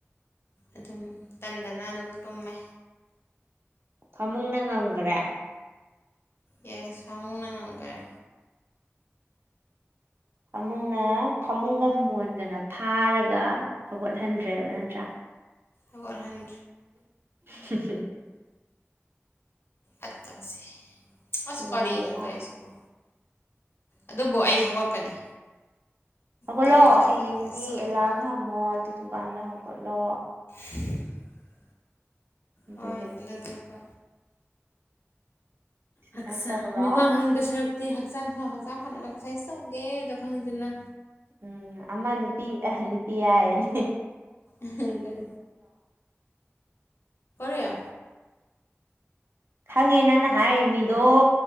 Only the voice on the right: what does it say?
ꯐꯃꯨꯡꯅ ꯉꯝꯈꯔꯦ
ꯐꯃꯨꯡꯅ ꯐꯃꯨꯡꯒ ꯃꯣꯟꯒꯅ ꯐꯥꯔꯒ ꯍꯧꯒꯠꯍꯟꯗ꯭ꯔꯦꯕ ꯅꯠꯇ꯭ꯔꯥ
<unintelligible>
ꯅꯨꯡꯉꯥꯏꯇꯦꯗ
ꯍꯧꯒꯠꯂꯣ
ꯍꯌꯦꯡꯗꯤ
ꯑꯦꯂꯥꯔꯝ ꯊꯝꯃꯣ ꯑꯗꯨꯗꯨ ꯗꯨꯀꯥꯟꯗ ꯍꯧꯒꯠꯂꯣ
ꯑꯗꯨꯗꯨ
ꯑꯦꯛꯁꯔꯁꯥꯏꯁ
ꯇꯧꯔꯣ
ꯎꯝ ꯑꯃ ꯅꯨꯄꯤ ꯅꯨꯄꯤ ꯌꯥꯏꯅꯤ
ꯈꯪꯉꯦ ꯅꯪꯅ ꯍꯥꯏꯔꯤꯕ ꯃꯤꯗꯣ